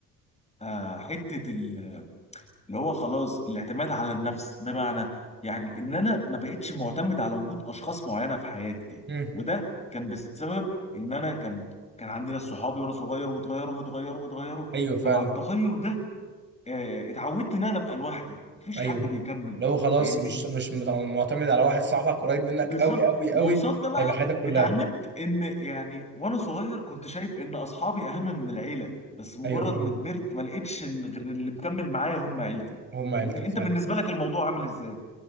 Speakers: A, on the left (about 20°); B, on the right (about 35°).
A: آه حته اللي هو خلاص الاعتماد على النفس بمعنى يعني ان انا ما بقتش معتمد على وجود اشخاص معينه في حياتي
B: مم.
A: وده كان بسبب ان انا كان كان عندي ناس صحابي وانا صغير واتغيروا واتغيروا واتغيروا
B: ايوه فعلا
A: فمع التغير ده آه، اتعودت ان انا ابقى لوحدي مفيش
B: ايوه
A: حد بيكمل
B: لو خلاص
A: فاهمني
B: مش مش مت- معتمد على واحد صاحبك قريب منك
A: بالظبط
B: قوي قوي
A: وقصاد
B: قوي
A: ده بقى
B: هيبقى حياتك كلها
A: اتعلمت ان يعني وانا صغير كنت شايف ان اصحابي اهم من العيله بس مجرد
B: ايوه فعلا
A: ما كبرت ما لقيتش ال- غير اللي مكمل معايا هم عيلتي
B: هم عيلتك
A: فاهمني انت
B: فعلا
A: بالنسبه لك الموضوع عامل ازاي